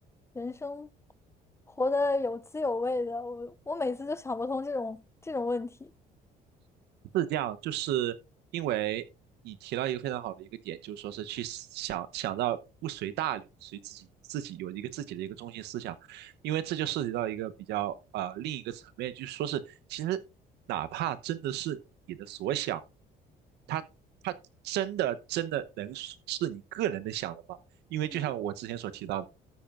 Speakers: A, on the left; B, on the right.
A: 人生活得有滋有味的。我我每次就想不通这种这种问题。
B: 是这样，就是因为你提到一个非常好的一个点，就是说是去想想到不随大流，随自己自己有一个自己的一个中心思想，因为这就涉及到一个比较呃另一个层面，就是说是其实哪怕真的是你的所想，它它真的真的能是是你个人的想的吗？因为就像我之前所提到的，
A: 嗯哼。